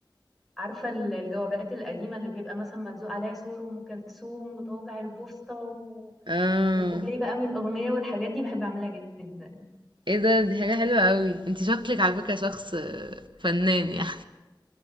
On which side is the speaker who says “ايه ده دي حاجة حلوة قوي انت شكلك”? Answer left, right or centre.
Right